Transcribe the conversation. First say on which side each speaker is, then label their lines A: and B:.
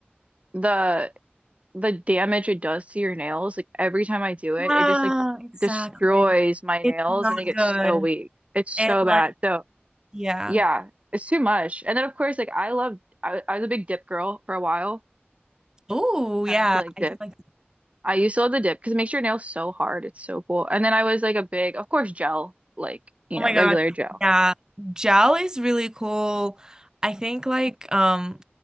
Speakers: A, on the right (about 35°); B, on the right (about 15°).
A: the the damage it does to your nails, like every time I do it,
B: Ah,
A: it just like
B: exactly.
A: destroys my
B: It's
A: nails
B: not
A: and they get
B: good.
A: so weak. It's so
B: And like,
A: bad. So
B: yeah.
A: yeah, it's too much. And then of course, like I love I, I was a big dip girl for a while.
B: Oh, yeah.
A: I don't know if you like dip.
B: I do like,
A: I used to love the dip because it makes your nails so hard. It's so cool. And then I was like a big, of course, gel, like, you
B: oh
A: know,
B: my
A: regular
B: God.
A: gel.
B: Yeah. Gel is really cool. I think like, um,